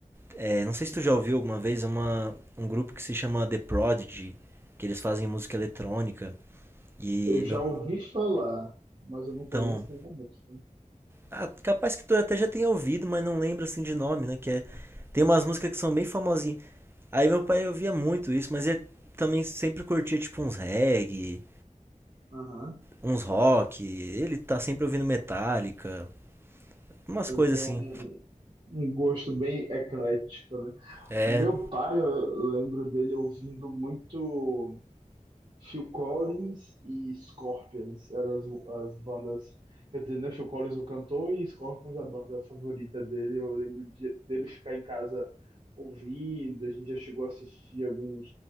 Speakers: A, on the right; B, on the right.
A: É, não sei se tu já ouviu alguma vez uma, um grupo que se chama The Prodigy, que eles fazem música eletrônica. E
B: Eu já
A: meu
B: ouvi falar, mas eu não conheço
A: então,
B: nenhuma música.
A: ah, capaz que tu até já tenha ouvido, mas não lembro assim de nome, né? Que é, tem umas músicas que são bem famosas Aí meu pai ouvia muito isso, mas ele também sempre curtia tipo uns reggae,
B: Aham.
A: uns rock. Ele tá sempre ouvindo Metallica, umas
B: Eu
A: coisas
B: tenho
A: assim.
B: um, um gosto bem eclético, né?
A: É,
B: Meu pai, eu lembro dele ouvindo muito. Phil Collins e Scorpions eram as, as bandas. Quer dizer, né? Phil Collins o cantor e Scorpions a banda favorita dele. Eu lembro de, dele ficar em casa ouvindo. A gente já chegou a assistir alguns